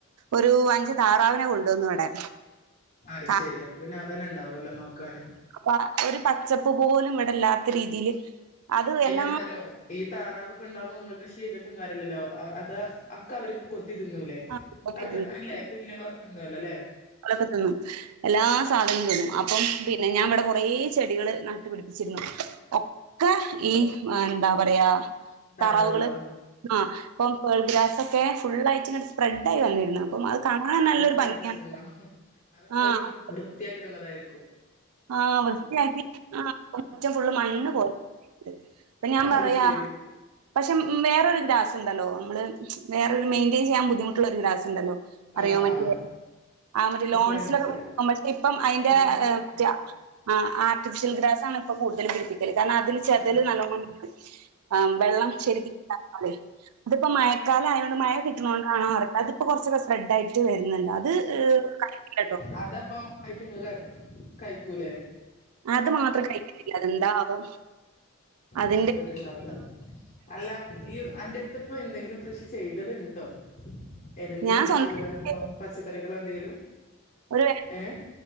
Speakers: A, on the right; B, on the left.
A: ഒരു അഞ്ച് താറാവിനെ കൊണ്ടുവന്നു ഇവിടെ
B: അയ്
A: താ-
B: ശരി അപ്പൊ പിന്നെ അതന്നെ ഇണ്ടാവല്ലോ നോക്കാന്
A: അപ്പൊ ഒരു പച്ചപ്പ് പോലും വിടെല്ലാത്ത രീതിയില് അത്
B: പിന്നെ
A: എല്ലാ
B: എന്താറിയോ ഈ താറാവൊക്കെ ഇണ്ടാവുമ്പോ നമ്മള് കൃഷി ചെയ്തിട്ടും കാര്യല്ലല്ലോ ആഹ് അതാ ആക്കെ അവര് കൊത്തി തിന്നൂല്ലേ
A: ആ ഒക്കെ
B: അവര് അല്ലേ പുല്ലുകളൊക്കെ തിന്നൂലേല്ലേ
A: ഒലൊക്കെ തിന്നും എല്ലാ സാധനോം തിന്നും അപ്പം പിന്നെ ഞാൻ ഇവിടെ കൊറേ ചെടികള് നട്ടു പിടിപ്പിച്ചിരുന്നു ഒക്കെ ഈ എന്താ പറയാ
B: താറാവുകളോ
A: താറാവുകള് ആഹ് അപ്പം പേൾഗ്രാസൊക്കെ ഫുള്ളായിറ്റ്ങ്ങ് സ്പ്രെഡ് ആയി വന്നിരുന്നു അപ്പം അത് കാണാൻ നല്ലൊരു
B: അതൊക്കെ
A: ഭംഗിയാണ്
B: കടിച്ചു തിന്നോ അതൊക്കെ
A: ആഹ്
B: ഓര് വൃത്തിയാക്കി തന്നതായിരി
A: ആഹ് വൃത്തിയാക്കി ആഹ് മുറ്റം ഫുള്ള് മണ്ണ് പോലെ അപ്പം ഞാൻ
B: അത്
A: പറയാ
B: ശരി
A: പക്ഷെ ഉം വേറൊരു ഗ്രാസ് ഇണ്ടല്ലോ നമ്മള് വേറൊരു മെയിന്റെയിൻ ചെയ്യാൻ ബുദ്ധിമുട്ടുള്ള ഒരു ഗ്രാസ് ഇണ്ടല്ലോ? അറിയോ
B: ആഹ്
A: മറ്റേ
B: ആഹ്
A: ആഹ് മറ്റേ
B: എനിക്ക്
A: ലോൺസിലൊക്കെ
B: മനസ്സിലായി
A: <unintelligible> പക്ഷെ ഇപ്പം അയിന്റെ
B: മനസ്സിലായി
A: ഏഹ്
B: മനസ്സിലായി
A: ആഹ് ആർട്ടിഫിഷ്യൽ ഗ്രാസ്സാണ് ഇപ്പം കൂടുതലും പിടിപ്പിക്കല് കാരണം അതില് ചെതല്
B: ആഹ്
A: നല്ലോണം <unintelligible> ആഹ് വെള്ളം ശരിക്കും <unintelligible> ഇതിപ്പ മഴക്കാലം ആയോണ്ട് മഴ കിട്ടണോണ്ടാണോ അറി അതിപ്പോ കൊറച്ചൊക്കെ സ്പ്രെഡ് ആയിറ്റ് വെരുന്നുണ്ട് അത് <unintelligible> കേട്ടോ
B: അതപ്പ ആയിട്ടങ്ങള് കഴിക്കൂലേ
A: അത് മാത്രം കഴിക്കത്തില്ല അതെന്താവോ അതിന്റെ
B: ഇഷ്ടപ്പെട്ട്ണ്ടാവില്ല അല്ല ഈഹ് അന്റെടുത്ത് ഇപ്പോ എന്തെങ്കിലും കൃഷി ചെയ്തത്ണ്ടോ ഏതെങ്കിലും
A: ഞാൻ
B: കൃഷികളോ
A: സ്വന്തമായിട്ട്
B: ഇപ്പം പച്ചക്കറികളോ എന്തെലും
A: ഒരു
B: ഏഹ്